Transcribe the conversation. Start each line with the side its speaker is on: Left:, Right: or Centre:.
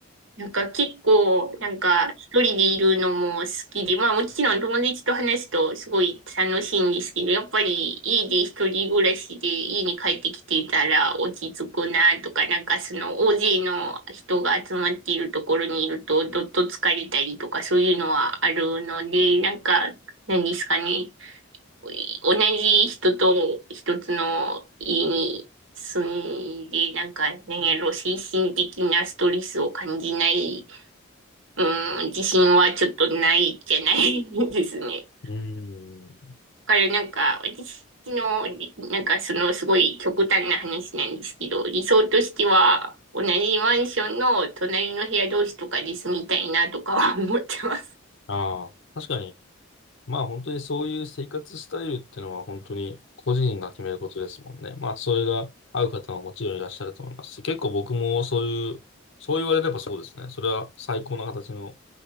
Right: なんか結構、なんか一人でいるのも好きで、まあもちろん友達と話すとすごい楽しいんですけど、やっぱり家で一人暮らしで家に帰ってきてたら落ち着くなとか、なんかその大勢の人が集まっているところにいるとどっと疲れたりとかそういうのはあるので、なんか何ですかね、同じ人と一つの家に住んで、なんか、ね、やろ、精神的なストレスを感じないうーん、自信はちょっとないじゃないですね。
Left: ーん。
Right: <laughs> だからなんか、私の、なんかそのすごい極端な話なんですけど、理想としては、同じマンションの隣の部屋同士とかで住みたいなとかは思ってます。
Left: ああ、確かに。まあ本当にそういう生活スタイルってのは本当に個人が決めることですもんね。まあそれが合う方ももちろんいらっしゃると思いますし、結構僕もそういう、そう言われればそうですね。それは最高な形の